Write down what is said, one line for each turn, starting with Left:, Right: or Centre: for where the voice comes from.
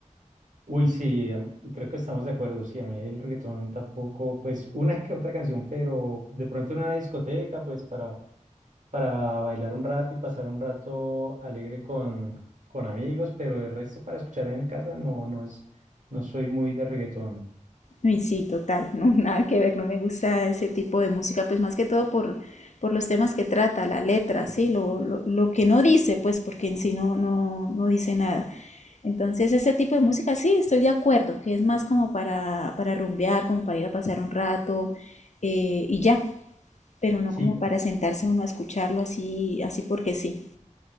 Right: Uy, sí, am- y creo que estamos de acuerdo. Sí, a mí el reggaetón tampoco, pues una que otra canción, pero de pronto en una discoteca, pues para, para bailar un rato y pasar un rato alegre con, con amigos, pero el resto para escuchar en casa no, no es, no soy muy de reggaetón.
Left: Y sí, total, <laughs> no, nada que ver, no me gusta ese tipo de música, pues más que todo por, por los temas que trata, la letra, sí, lo, lo, lo que no dice, pues porque en sí no, no, no dice nada. Entonces ese tipo de música sí, estoy de acuerdo, que es más como para, para rumbear, como para ir a pasar un rato eh, y ya, pero no
Right: Sí,
Left: como para sentarse uno a escucharlo así, así porque sí.